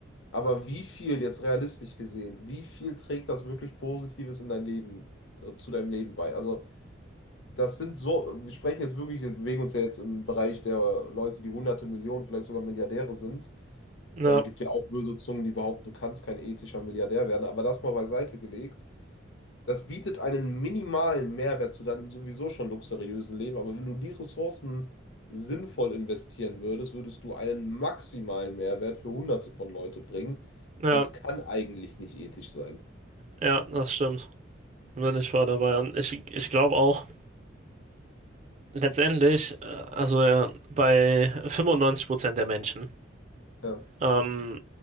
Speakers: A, on the left (about 75°); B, on the right (about 35°).
A: Aber wie viel, jetzt realistisch gesehen, wie viel trägt das wirklich Positives in dein Leben, äh, zu deinem Leben bei? Also Das sind so, wir sprechen jetzt wirklich, wir bewegen uns ja jetzt im Bereich der Leute, die Hunderte Millionen, vielleicht sogar Milliardäre sind.
B: ja,
A: Äh, gibt ja auch böse Zungen, die behaupten, du kannst kein ethischer Milliardär werden, aber das mal beiseite gelegt. Das bietet einen minimalen Mehrwert zu deinem sowieso schon luxuriösen Leben, aber wenn du die Ressourcen sinnvoll investieren würdest, würdest du einen maximalen Mehrwert für Hunderte von Leute bringen.
B: ja,
A: Das kann eigentlich nicht ethisch sein.
B: ja, das stimmt. Wenn ich war dabei. Und ich, ich glaube auch, letztendlich, äh, also äh, bei 95% der Menschen,
A: Ja.
B: ähm,